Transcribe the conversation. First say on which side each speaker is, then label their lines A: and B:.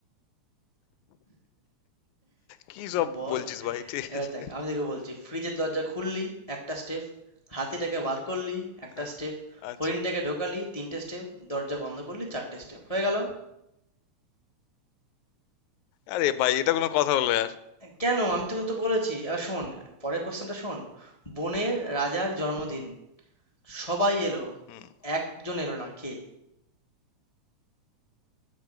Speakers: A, on the left; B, on the left.
A: কি সব
B: বল
A: বলছিস ভাই ঠিক
B: এবার
A: আছে
B: দেখ আমি তোকে বলছি ফ্রিজের দরজা খুললি একটা স্টেপ হাতিটাকে বার করলি একটা
A: হ্যাঁ,
B: স্টেপ
A: আচ্ছা
B: হরিণটাকে ঢোকালি তিনটে স্টেপ দরজা বন্ধ করলি চারটে স্টেপ হয়ে গেল
A: আরে ভাই এটা কোনো কথা হলো আর
B: কেন আমি তোকে তো বলেছি এবার শোন পরের কোশ্চেনটা শোন বনের রাজার জন্মদিন সবাই এলো
A: হুম
B: একজন এলো না কে